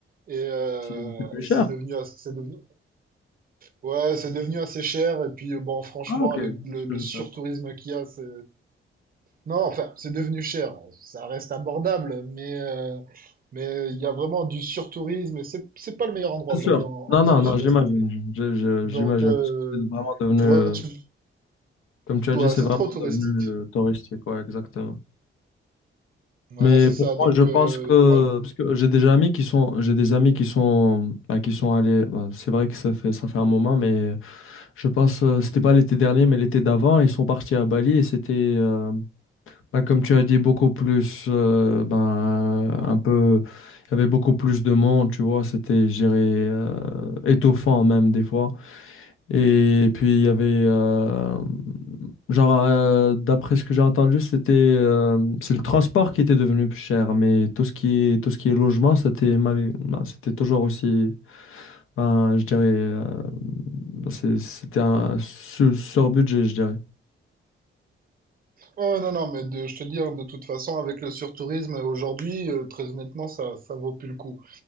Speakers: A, on the right; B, on the left.
A: Et, euh,
B: c'est c'est plus cher.
A: et c'est devenu, as- c'est devenu, ouais, c'est devenu assez cher. Et puis, euh, bon, franchement,
B: Ah, ok,
A: avec
B: je,
A: le, le
B: je
A: surtourisme
B: savais pas.
A: qu'il y a, c'est, non, enfin, c'est devenu cher. Ça reste abordable, mais euh, mais il y a vraiment du surtourisme et c'est c'est pas le meilleur endroit
B: C'est
A: aujourd'hui
B: sûr.
A: en,
B: Non,
A: en Asie
B: non,
A: du
B: non,
A: Sud-Est.
B: j'imagine. Je- je-
A: Donc
B: J'imagine.
A: euh,
B: Parce que c'est vraiment devenu,
A: tu
B: euh,
A: vois, tu
B: comme tu as
A: ouais,
B: dit, c'est
A: c'est
B: vraiment
A: trop touristique.
B: devenu euh, touristique, ouais, exactement.
A: Ouais,
B: Mais
A: c'est
B: pour
A: ça. Donc
B: moi, je pense
A: euh,
B: que,
A: moi,
B: parce que j'ai des amis qui sont, j'ai des amis qui sont, bah, qui sont allés, bah, c'est vrai que ça fait, ça fait un moment, mais euh, je pense, euh, c'était pas l'été dernier, mais l'été d'avant, ils sont partis à Bali et c'était, euh, Bah, comme tu as dit, beaucoup plus, euh, ben, un peu, il y avait beaucoup plus de monde, tu vois, c'était, je dirais, euh, étouffant même des fois. Et puis, il y avait, euh, genre, euh, d'après ce que j'ai entendu, c'était, euh, c'est le transport qui était devenu plus cher, mais tout ce qui est, tout ce qui est logement, c'était mal, ben, c'était toujours aussi, ben, je dirais, euh, c'est- c'était un sur- sur-budget, je dirais.
A: ouais, non, non, mais de- je te dis, hein, de toute façon, avec le surtourisme aujourd'hui, euh, très honnêtement, ça ça vaut plus le coup.